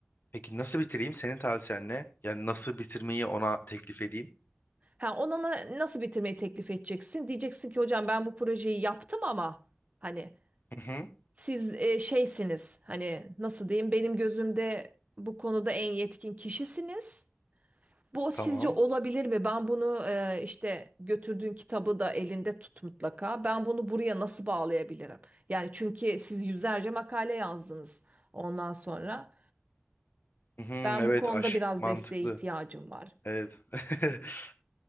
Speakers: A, on the left; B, on the right.
A: Peki nasıl bitireyim? Senin tavsiyen ne? Yani nasıl bitirmeyi ona teklif edeyim?
B: Ha, ona na- nasıl bitirmeyi teklif edeceksin? Diyeceksin ki hocam ben bu projeyi yaptım ama hani
A: Hı hı,
B: siz e, şeysiniz. Hani nasıl diyeyim? Benim gözümde bu konuda en yetkin kişisiniz. Bu
A: tamam.
B: sizce olabilir mi? Ben bunu e, işte götürdüğün kitabı da elinde tut mutlaka. Ben bunu buraya nasıl bağlayabilirim? Yani çünkü siz yüzlerce makale yazdınız ondan sonra.
A: Hı hı,
B: Ben
A: evet
B: bu konuda
A: aş
B: biraz
A: mantıklı.
B: desteğe ihtiyacım var.
A: Evet. <laughs>